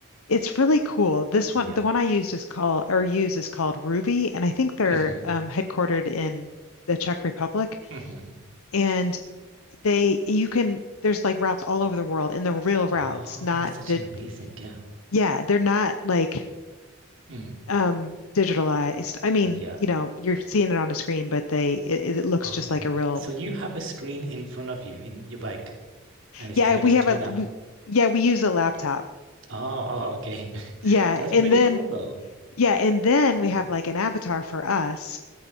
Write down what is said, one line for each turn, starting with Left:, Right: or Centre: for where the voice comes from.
Left: It's really cool. This one,
Right: Yeah.
Left: the one I used is called or use is called Ruvi, and I think they're
Right: hmm
Left: um, headquartered in the Czech Republic.
Right: hmm
Left: and they you can there's like routes all over the world and the real routes,
Right: Oh,
Left: not
Right: that's actually
Left: the
Right: amazing. Yeah.
Left: yeah, they're not like
Right: Mm,
Left: um digitalized. I mean,
Right: yeah.
Left: you know, you're seeing it on a screen, but they it, it looks
Right: Oh,
Left: just like a real
Right: so you have a screen in front of you in your bike, and it's
Left: yeah,
Right: connected
Left: we have
Right: to
Left: a
Right: an app.
Left: we, yeah, we use a laptop.
Right: Oh, oh, okay. <laughs>
Left: Yeah,
Right: That's
Left: and
Right: pretty
Left: then
Right: cool though.
Left: yeah, and then
Right: Hmm.
Left: we have like an avatar for us.